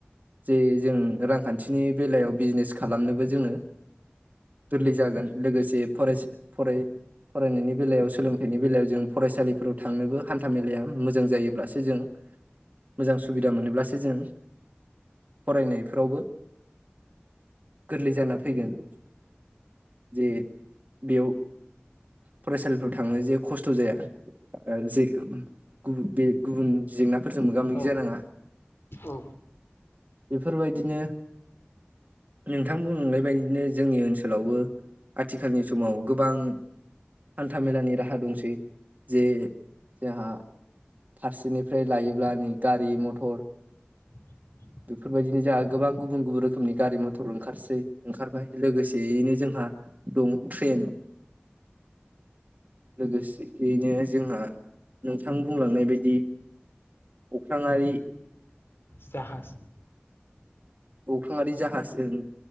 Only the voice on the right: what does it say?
जे जों रांखान्थिनि बेलायाव बिजनेस खालामनोबो जोङो गोरलै जागोन लोगोसे फरायसा फराय फरायनायनि बेलायाव सोलोंथाइनि बेलायाव जों फरायसालिफोराव थांनोबो हान्था मेलाया मोजां जायोब्लासो जों मोजां सुबिदा मोनोब्लासो जों फरायनायफोरावबो गोरलै जाना फैगोन जे बेयाव फरायसालिफ्राव थाङो जे खस्थ' जाया जायफोर गुबुन जेंनाफोरजों मोगा मोगि
जानाङा
बेफोरबायदिनो नोंथां बुंलांनाय बायदिनो जोंनि ओनसोलावबो आथिखालनि समाव गोबां हान्थामेलानि राहा दंसै जे जोंहा फारसेनिफ्राय लायोब्ला नै गारि मथर
बेफोरबायदिनो जोंहा गोबां गुबुन गुबुन रोखोमनि गारि मथर ओंखारसै ओंखारबाय लोगोसेयैनो जोंहा दं ट्रेन लोगोसेनो जोंहा नोंथां बुंलांनाय बायदि अख्रांङारि
अख्राङारि जाहाजजों